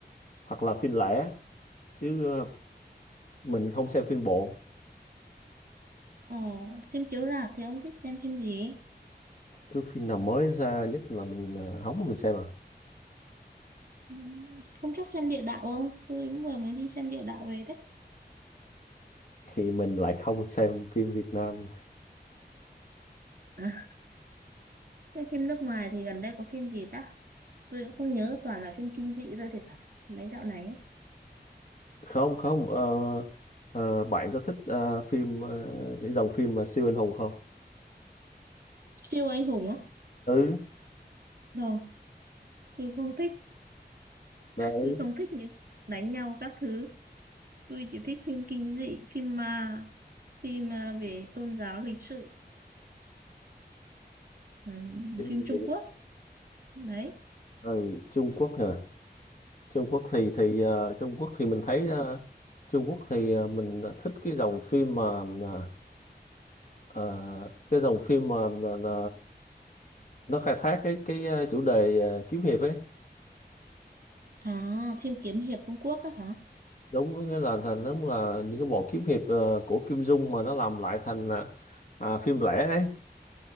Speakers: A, on the left; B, on the right.
A: hoặc là phim lẻ chứ ờ, mình không xem phim bộ
B: ờ, phim chiếu rạp thì ông thích xem phim gì
A: cứ phim nào mới ra nhất là mình ờ, hóng mà mình xem à
B: Ừ, hôm trước xem địa đạo không tôi cũng vừa mới đi xem địa đạo về đấy
A: thì mình lại không xem phim Việt Nam
B: à. xem phim nước ngoài thì gần đây có phim gì ta tôi cũng không nhớ toàn là phim kinh dị thôi thì phải mấy dạo này ấy.
A: không không ờ, ờ, bạn có thích ờ, phim ờ, cái dòng phim mà siêu anh hùng không
B: siêu anh hùng á
A: ừ
B: rồi tôi không thích
A: đấy
B: tôi không thích những đánh nhau các thứ tôi chỉ thích phim kinh dị phim ma phim à, về tôn giáo lịch sử ừm,
A: kinh
B: phim Trung
A: dị.
B: Quốc đấy
A: ừ, Trung Quốc hả Trung Quốc thì thì ờ, Trung Quốc thì mình thấy ờ, Trung Quốc thì ờ, mình ờ, thích cái dòng phim mà à, Ờ, cái dòng phim mà, là, là nó khai thác cái cái ờ, chủ đề ờ, kiếm hiệp ấy
B: à phim kiếm hiệp Trung Quốc á hả
A: đúng có nghĩa là là nó là những cái bộ kiếm hiệp ờ, của Kim Dung mà nó làm lại thành à, à, phim lẻ ấy